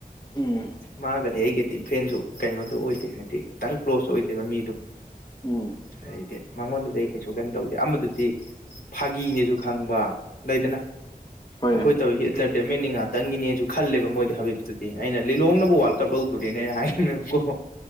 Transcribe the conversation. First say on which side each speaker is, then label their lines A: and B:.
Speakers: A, on the left (about 30°); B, on the left (about 80°).
A: ꯎꯝ
B: ꯃꯥꯒ ꯑꯗꯤ ꯑꯩꯒꯤꯗꯤ ꯐ꯭ꯔꯦꯟꯁꯨ ꯀꯩꯅꯣꯗꯨꯣ ꯑꯣꯏꯗꯦ ꯍꯥꯏꯗꯤ ꯈꯤꯇꯪ ꯀ꯭ꯂꯣꯁ ꯑꯣꯏꯗꯦꯕ ꯃꯤꯗꯣ
A: ꯎꯝ
B: ꯍꯥꯏꯥꯏꯗꯤꯦ ꯃꯉꯣꯟꯗꯨꯗꯤ ꯑꯩ ꯀꯩꯁꯨ ꯀꯩꯅꯣ ꯇꯧꯗꯦ ꯑꯃꯗꯨꯗꯤ ꯐꯥꯒꯤꯅꯦꯁꯨ ꯈꯪꯕ ꯂꯩꯗꯅ
A: ꯍꯣꯏꯅꯦ
B: ꯑꯈꯣꯏ ꯇꯧ ꯃꯦ ꯑ ꯇꯪꯒꯤꯅꯤ ꯈꯜꯂꯦꯕ ꯃꯣꯏꯗꯤ ꯍꯥꯕꯤꯠꯇꯨꯗꯤ ꯑꯩꯅ ꯂꯤꯂꯣꯡꯅꯕꯨ ꯋꯥꯔꯜ ꯀꯞ ꯂꯧꯗꯣꯔꯤꯅꯦ ꯑꯩꯅ ꯍꯥꯏꯃꯦꯕꯀꯣ